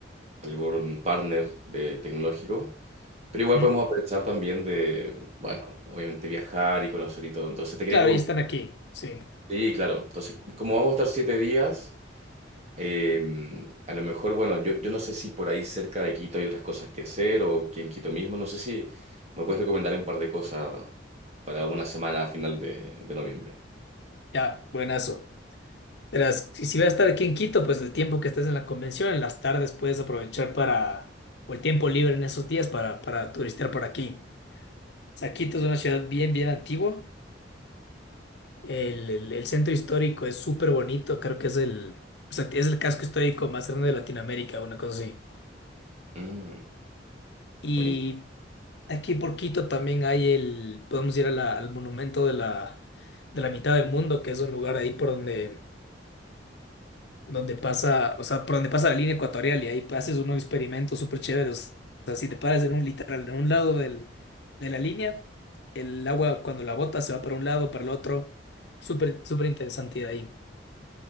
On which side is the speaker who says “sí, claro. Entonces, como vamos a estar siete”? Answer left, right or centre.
Right